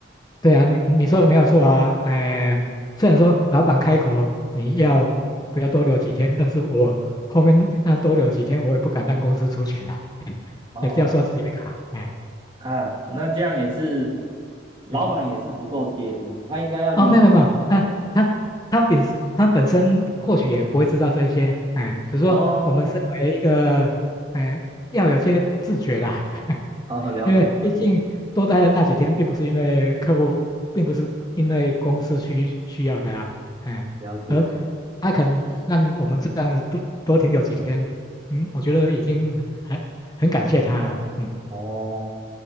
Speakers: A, on the left; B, on the right.
A: 对啊，你你说的没有错啊，哎、虽然说老板开口你要不要多留几天，但是我后面那多留几天，我也不敢让公司出钱啊。
B: 哦，
A: 也是要刷自己的卡，哎，
B: 啊，那这样也是，老板也是不够贴心，
A: 嗯，
B: 他应该要临时一下。
A: 哦，没有没有没有，啊，他他本他本身或许也不会知道这一些，哎，只是说我们身为一个，
B: 哦，
A: 哎，要有些自觉啦，<laughs>
B: 好好了解了解
A: 因为毕竟多待了那几天，并不是因为客户，并不是因为公司需需要的呀，哎，
B: 了解了。
A: 而他肯让我们这样多多停留几天，嗯，我觉得已经很很感谢他了，嗯，
B: 哦，